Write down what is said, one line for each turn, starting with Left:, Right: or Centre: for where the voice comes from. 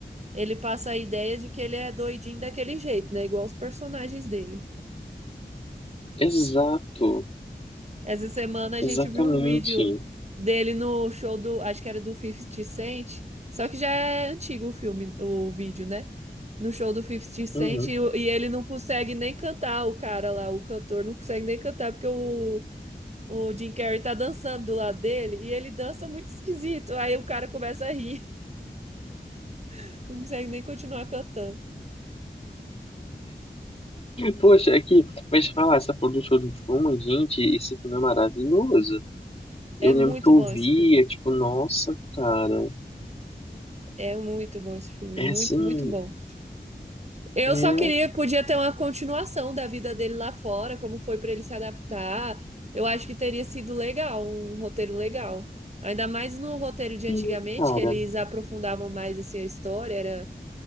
Right: ele passa a ideia de que ele é doidinho daquele jeito, né? Igual os personagens dele.
Left: Exato,
Right: Essa semana a gente
Left: exatamente.
Right: viu um vídeo dele no show do, acho que era do Fifty Cent, só que já é antigo o filme, o vídeo, né? No show do Fifty Cent
Left: Uhum.
Right: e, o- e ele não consegue nem cantar, o cara lá, o cantor não consegue nem cantar porque o o Jim Carrey tá dançando do lado dele e ele dança muito esquisito. Aí o cara começa a rir, <laughs> não consegue nem continuar cantando.
Left: Poxa, aqui, mas falar, essa porra do show de Truman, gente, esse filme é maravilhoso. Eu
Right: É
Left: lembro
Right: muito
Left: que eu
Right: bom
Left: via,
Right: esse filme.
Left: tipo, nossa, cara,
Right: É muito bom esse filme,
Left: é
Right: muito,
Left: assim,
Right: muito bom. Eu
Left: é
Right: só queria, podia ter uma continuação da vida dele lá fora, como foi pra ele se adaptar. Eu acho que teria sido legal, um roteiro legal. Ainda mais no roteiro de antigamente,
Left: sim, cara,
Right: que eles aprofundavam mais assim a história, era